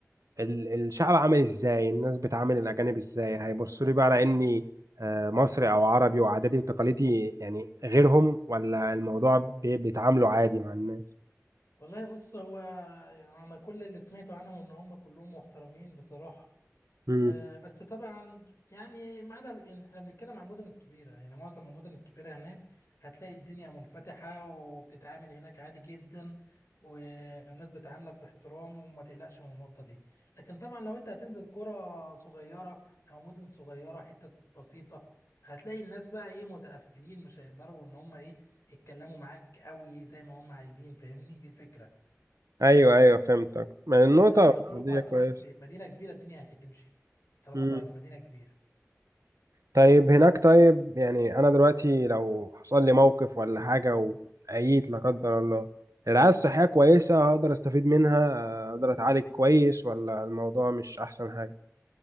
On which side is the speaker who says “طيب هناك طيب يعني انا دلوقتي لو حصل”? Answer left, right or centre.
Right